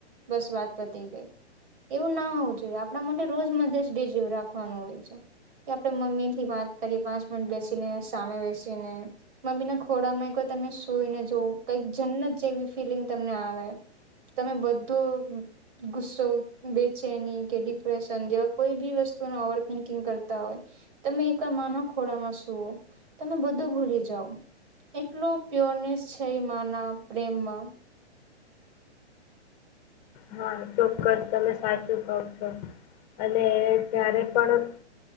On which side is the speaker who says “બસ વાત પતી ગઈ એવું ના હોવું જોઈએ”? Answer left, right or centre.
Right